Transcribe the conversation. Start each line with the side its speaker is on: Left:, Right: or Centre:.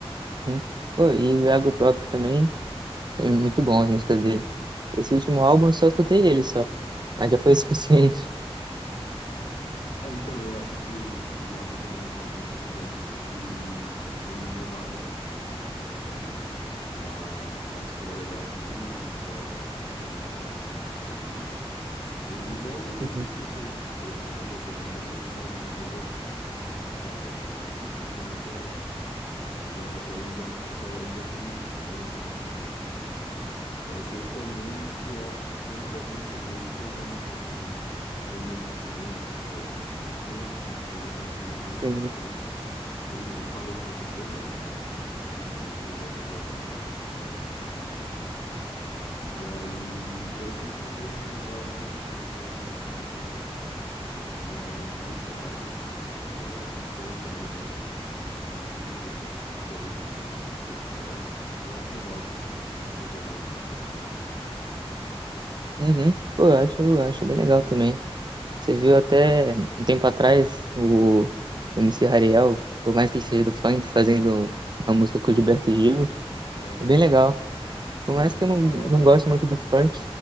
Right: né? Pô, e o Iago próprio também, é muito bom as músicas dele. Esse último álbum eu só escutei ele só, mas já foi <laughs> o suficiente.
Left: É, então, eu acho que o, o Iago também é é desse tipo de artista que, que tem inovado na cena, sabe? Que tem trazido uma, uma mistura legal de música, tipo, tentando lançar umas coisas diferentes. E- igual, não
Right: Uhum,
Left: sei se você ouve, ouve Djonga também, mas o último álbum do Djonga é... Eu esqueci o nome agora, mas é- eu ainda, acho que é Eu Ainda Tenho Fome, alguma coisa assim. Mas é também, tipo, um álbum- tipo, uma das músicas dele tem uma música com, com o Milton Nascimento, pô, mó maneira, assim, tipo, o Milton Nascimento nem
Right: sim.
Left: tá, mas ele, não- ele parou de fazer show, né? Ele fez o último sho- os últimos shows, acho que há dois anos atrás, algo assim, ou ano passado. E aí eu achei muito maneiro encontrar o Milton, o Milton Nascimento no, no álbum, nesse álbum, é, juntando também com, com um tipo de música di- diferente do que ele, do que ele toca, assim, eu acho legal esses, esses crossovers, assim, essas cruzações de.
Right: Uhum. Pô, eu acho, eu acho bem legal também. Você viu até um tempo atrás o, o M C Hariel, por mais que ele seja do funk, fazendo uma música com o Gilberto Gil,
Left: Aham.
Right: é bem legal.
Left: Sim,
Right: Por mais que
Left: cara,
Right: eu não,
Left: pô,
Right: não
Left: eu adoro
Right: goste
Left: isso.
Right: muito do funk,